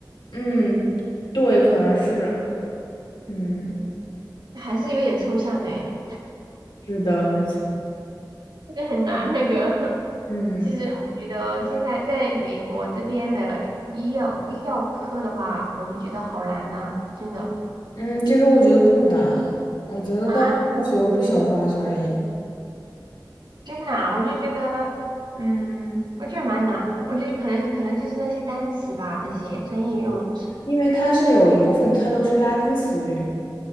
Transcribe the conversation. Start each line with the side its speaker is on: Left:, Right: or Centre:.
Left: 嗯，对，可能是，嗯，
Right: 还是有点抽象哎，
Left: 是的，没错。
Right: 个很难那个。<laughs>
Left: 嗯
Right: 其实我觉得现在在美国这边的医药医药科的话，我就觉得好难呐、真的。
Left: 嗯，其实我觉得不难，我觉得但是化学我不喜欢化学而已，
Right: 啊。真的啊，我就觉得，嗯，我觉得蛮难，我觉得可能可能就是那些单词吧，那些专业用词，
Left: 因为它是有一部分它都是拉丁词语。